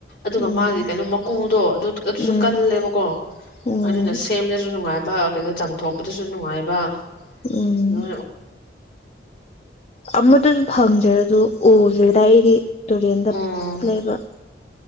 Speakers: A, on the left; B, on the left.
A: ꯑꯗꯨꯒ
B: ꯎꯝ
A: ꯃꯥꯒꯤ ꯀꯩꯅꯣ ꯃꯀꯨ ꯃꯀꯨꯗꯣ ꯑꯗꯨ ꯑꯗꯨꯁꯨ
B: ꯎꯝ
A: ꯀꯜꯂꯦꯕꯀꯣ
B: ꯎꯝ
A: ꯑꯗꯨꯅ ꯁꯦꯝꯕꯗꯁꯨ ꯅꯨꯡꯉꯥꯏꯕ ꯀꯩꯅꯣ ꯆꯥꯝꯊꯣꯛꯄꯗꯁꯨ ꯅꯨꯡꯉꯥꯏꯕ
B: ꯎꯝ
A: ꯑꯗꯨꯃꯥꯏꯅ
B: ꯑꯃꯠꯇꯁꯨ ꯐꯪꯗ꯭ꯔꯦ ꯑꯗꯨ ꯎꯗ꯭ꯔꯤꯗ ꯑꯩꯗꯤ ꯇꯨꯔꯦꯟꯗ
A: ꯎꯝ
B: ꯂꯩꯕ